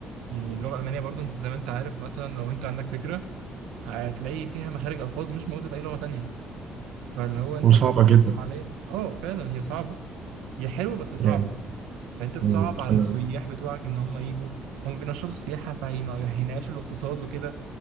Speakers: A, on the right (about 80°); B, on the right (about 65°).
A: يعني اللغه الالمانيه برضو انت زي ما انت عارف مثلا لو انت عندك فكره هتلاقي فيها مخارج الفاظ مش موجوده في اي لغه تانية فاللي هو انت
B: وصعبة
A: بتحكم
B: جدا
A: عليها اه فعلا هي صعبه هي حلوه بس صعبه
B: يعني
A: فانت بتصعب
B: مم.
A: على
B: انا
A: السياح بتوعك ان هم يجوا هم بينشطوا السياحه فهينعشوا الاقتصاد وكده